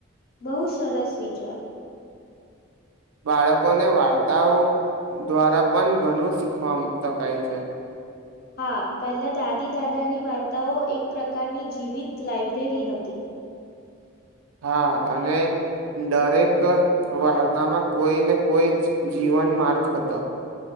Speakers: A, on the left; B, on the right.
A: બહુ સરસ વિચાર
B: બાળકોને વાર્તાઓ દ્વારા પણ ઘણું શીખવા શકાય છે
A: હા પહેલા દાદી દાદાની વાર્તાઓ એક પ્રકારની જીવંત લાઈબ્રેરી હતી
B: હા અને દરેક વાર્તામાં કોઈ ને કોઈ જીવન માર્ગ હતો